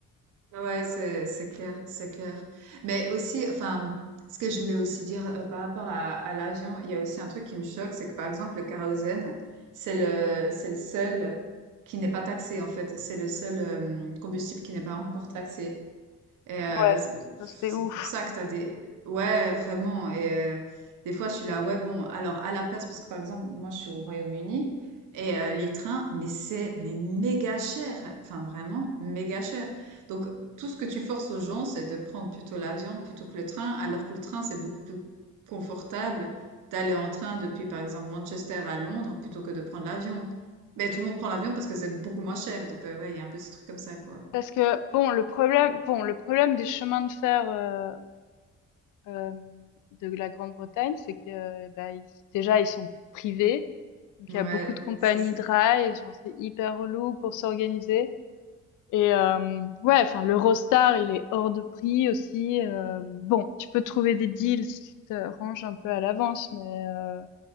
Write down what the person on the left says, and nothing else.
Ouais,
ça
c'est ouf,
ouais.
Mmh.
Parce que bon, le problème bon, le problème des chemins de fer, heu, hem, de la Grande-Bretagne, c'est que, eh bah, ils déjà ils sont privés, donc
il y a beaucoup de compagnies
de rail, et genre c'est hyper relou pour s'organiser et hem, ouais, enfin l'Eurostar, il est hors de prix aussi, hem, bon, tu peux trouver des deals si tu te ranges un peu à l'avance mais heu